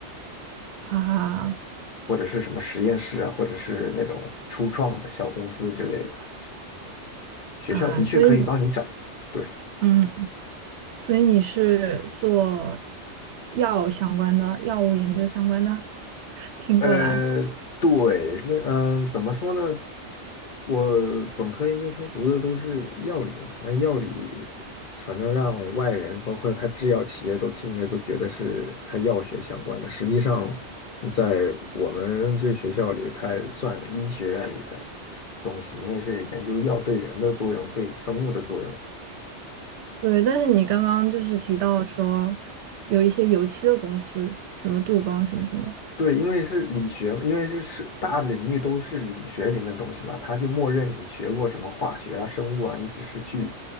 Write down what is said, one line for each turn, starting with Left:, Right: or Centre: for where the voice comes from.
Right: 啊
Left: 或者是什么实验室啊，或者是那种初创的小公司之类的。学校的确可以帮你找，
Right: 啊，所以
Left: 对。
Right: 嗯，所以你是做药相关的，药物研究相关的，<laughs> 听过来。
Left: 呃，对，那嗯、呃怎么说呢？我本科研究生读的都是药理嘛，那药理反正让外人，包括他制药企业都听着都觉得是他药学相关的，实际上在我们这学校里，它也算是医学院里的东西，因为是研究药对人的作用，对生物的作用。
Right: 对，但是你刚刚就是提到说有一些油漆的公司，什么杜邦什么什么
Left: 对，因为是理学，因为是是大领域都是理学里面的东西嘛，他就默认你学过什么化学啊、生物啊，你只是去，